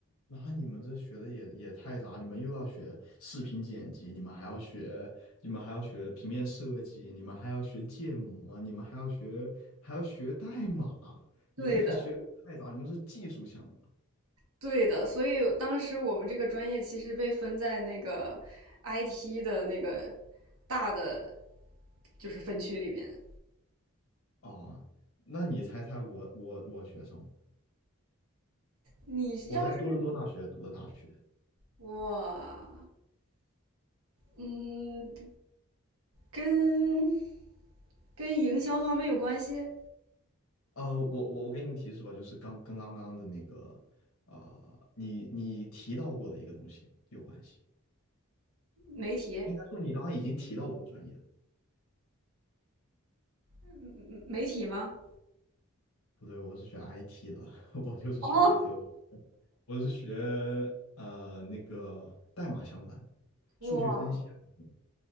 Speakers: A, on the left; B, on the right.
A: 那你们这学的也也太杂，你们又要学视频剪辑，你们还要学，你们还要学平面设计，你们还要学建模，你们还要学还要学代码，
B: 对的，
A: 你们 <laughs> 学的太杂，你们是技术项的
B: 对的。所以当时我们这个专业其实被分在那个 IT 的那个大的就是分区里面。
A: 啊？那你猜猜我我我学什么？
B: 你要是
A: 我在多伦多大学读的大学。
B: 哇，嗯，跟跟营销方面有关系？
A: 呃，我我我给你提示吧，就是刚跟刚刚的那个，呃，你你提到过的一个东西有关系。
B: 媒体，
A: 应该说你刚刚已经提到过的专业了
B: 嗯媒体吗？
A: 不对，我是学 IT 的，<laughs> 我就是学
B: 哦，
A: IT 的，我我是学呃那个代码相关，
B: 哇，
A: 数据分析啊什么的